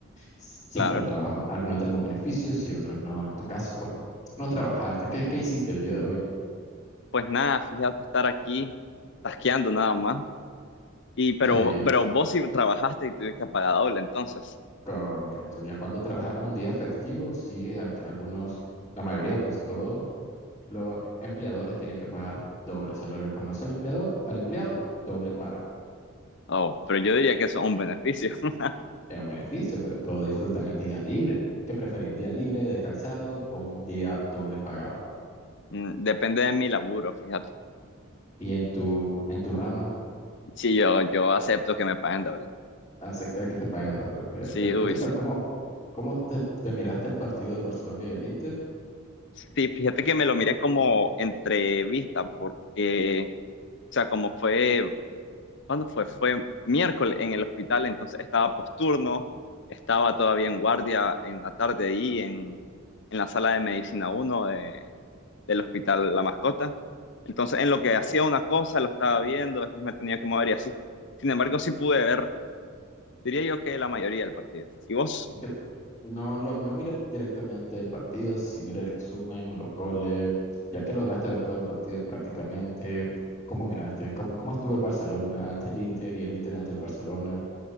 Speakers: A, on the left (about 15°); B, on the left (about 60°).
A: Sí,
B: Claro.
A: pero trabajo. Algunos tenemos beneficios y otros no. En tu caso, pues, no trabajaste. ¿Qué, qué hiciste el día de hoy?
B: Pues nada, fíjate estar aquí tasqueando nada más. Y pero,
A: Qué bien.
B: pero vos sí trabajaste y tuviste paga doble, entonces.
A: Correcto. Ya cuando trabajas en un día festivo, sí, hasta algunos, la mayoría, pues todos los empleadores tienen que pagar doble. Se lo reconoce al empleador, al empleado, doble paga.
B: Oh, pero yo diría que eso es un beneficio. <laughs>
A: Es un beneficio, pero todos disfrutan el día libre. ¿Qué preferís, un día libre, descansado o un día doble pagado?
B: Mm, Depende de mi laburo, fíjate.
A: Y en tu, en tu rama,
B: Sí, yo, yo acepto que me paguen doble.
A: aceptar que te paguen doble. Perfecto.
B: Sí, uy,
A: ¿Y qué tal?
B: sí.
A: ¿Cómo, cómo te, te miraste el partido del Barcelona y el Inter?
B: Sí, fíjate que me lo miré como entrevista porque, o sea, como fue ¿Cuándo fue? Fue miércoles en el hospital, entonces estaba posturno, estaba todavía en guardia en la tarde y en, en la sala de medicina uno de- del hospital La Mascota. Entonces, en lo que hacía una cosa, lo estaba viendo, después me tenía que mover y así. Sin embargo, sí pude ver, diría yo que la mayoría del partido. ¿Y vos?
A: ¿Y qué t- no, lo, no miré directamente el partido, sí miré el resumen, los goles, ya que lograste ver todo el partido prácticamente. ¿Cómo miraste? ¿Cómo, cómo estuvo el Barcelona ante el Inter y el Inter ante el Barcelona?